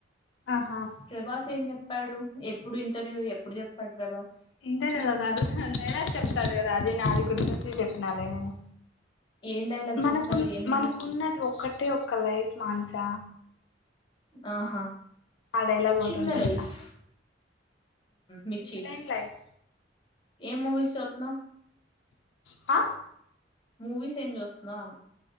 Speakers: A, on the left (about 80°); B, on the left (about 25°).
A: ఆహా
B: ప్రభాస్ ఏం చెప్పాడు ఎప్పుడు ఇంటర్వ్యూలో ఎప్పుడు చెప్పాడు. ప్రభాస్
A: ఇంటర్వలో కాదు అంటేనే చెప్తాడు కదా అది నాది కూర్చొచ్చి చెప్పినాలే నేను.
B: ఏం డైలాగ్
A: మనకు
B: చెప్తాడు ఏ మూవీ
A: మనకున్నది ఒక్కటే ఒక లైఫ్ మానస
B: ఆహా.
A: ఆ డైలాగ్
B: చిన్న
A: ఒకటి ఉంటది
B: లైఫ్
A: కదా
B: మిచి.
A: చింతలేని లైఫ్
B: ఏం మూవీస్ సూతానావ్.
A: అ.
B: మూవీస్ ఏం చూస్తున్నావ్